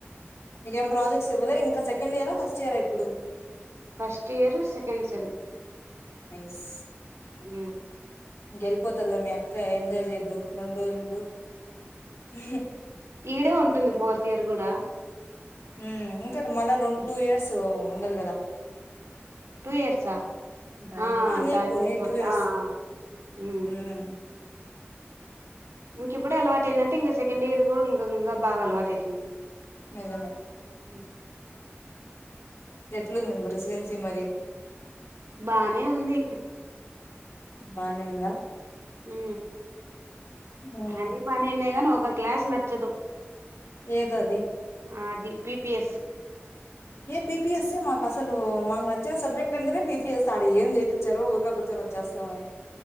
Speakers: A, on the left; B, on the right.
A: మీకు ఎం ప్రాజెక్ట్స్ ఇవ్వలే ఇంకా సెకండ్ ఇయరా ఫస్ట్ ఇయరా ఇప్పుడు
B: ఫస్ట్ ఇయర్ సెకండ్ సెమ్
A: ఎస్
B: ఉ
A: గెలీపోతదిలే మీ అక్క ఎంజాయ్ చేదువు రెండు రెండు ఉం
B: ఈడే ఉంటుంది ఫోర్త్ ఇయర్ కూడా
A: ఉ ఇంకా మళ్ళా రెండు టూ ఇయర్స్ ఉండదు గదా
B: టూ ఇయర్స్ ఆ ఆ
A: నీకు
B: థర్డ్ ఇయర్
A: నీ
B: ఫోర్త్
A: టూ ఇయర్స్
B: ఆ ఆ ఉ
A: మ్మ్
B: ఇంక ఇప్పుడు అలవాటు అయిందంటే ఇంగ సేకండ్ ఇయర్ కూడా ఇంగ ఇంగ బాగా అలవాటు అవుతుంది
A: నిజమే
B: ఉ
A: ఎట్లుంది రెడ్జెన్సీ మరి
B: బాగనే ఉంది
A: బానే ఉందా
B: ఉ
A: మ్మ్
B: అన్ని బానే ఉన్నాయ్ గానీ ఒక్ ఒక క్లాస్ నచ్చదు
A: ఏదో అది
B: అది పిపిఎస్
A: ఏ పిపిఎస్ మాకు అసలు మాకునచ్చిన సబ్జెక్ట్ అంటేనే పిర్ చేస్తా ఆడు ఏం చేపిచ్చారో ఒక్క గుర్తరు వచ్చేస్తామని